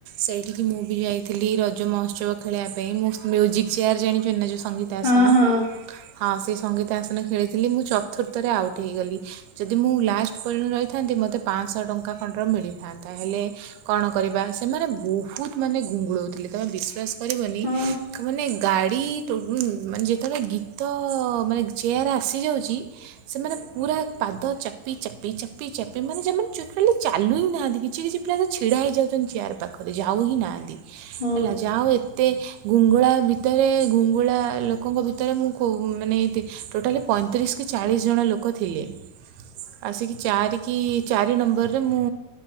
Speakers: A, on the right (about 85°); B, on the left (about 30°).
A: ସେଇଠିକି ମୁଁ ବି ଯାଇଥିଲି ରଜ ମହୋତ୍ସବ ଖେଳିବା ପାଇଁ ମୁଁ ମ୍ୟୁଜିକ୍ ଚେୟାର୍ ଜାଣିଚନ୍ତି ନା ଯଉ ସଙ୍ଗୀତ୍ ତ
B: ହଁ
A: ଆସନ।
B: ହଁ
A: ହଁ ସେଇ ସଙ୍ଗୀତ ଆସନ ଖେଳିଥିଲି ମୁଁ ଚତୁର୍ଥ ରେ ଆଉଟ୍ ହେଇଗଲି ଯଦି ମୁଁ ଲା ଲାଷ୍ଟ ପର୍ଯନ୍ତ ରହିଥାନ୍ତି ମତେ ପାଞ୍ଚଶ ଟଙ୍କା ଖଣ୍ଡର ମିଳିଥାନ୍ତା ହେଲେ କଣ କରିବା ସେମାନେ ବହୁତ୍ ମାନେ ଘୁଙ୍ଗୁଳଉଥିଲେ ତମେ ବିଶ୍ୱାସ୍ କରିବନି
B: ହଁ
A: ମାନେ ଗାଡ଼ି <unintelligible> ମାନେ ଯେତେବେଳେ ଗୀତ ମାନେ ଚେୟାର୍ ଆସିଯାଉଚି ସେମାନେ ପୁରା ପାଦ ଚାପ୍ ଚାପି- ଚାପି- ଚାପି -ଚାପି ମାନେ ଯେମାନେ ଚାଲୁ ହିଁ ନାହାନ୍ତି କିଛି କିଛି ପିଲା ତ ଛିଡା ହେଇଯାଉଚନ୍ତି ଚେୟାର ପାଖରୁ ଯାଉ ହିଁ ନାହାନ୍ତି
B: ହଁ ଓହୋ
A: ହେଲା ଯାହଉ ଏତେ ଘୁଙ୍ଗୁଳା ଭିତ୍ ଭିତରେ ଘୁଙ୍ଗୁଳା ଲୋକଙ୍କ ଭିତରେ ମୁଁ କୁ ମାନେ ତେ ଟୋଟାଲି ପଇଁତିରିଶ କି ଚାଳିଶ୍ ଜଣ ଲୋକ୍ ଲୋକ ଥିଲେ ଆସିକି ଚାରି କି ଚାରି ନମ୍ବରରେ ମୁଁ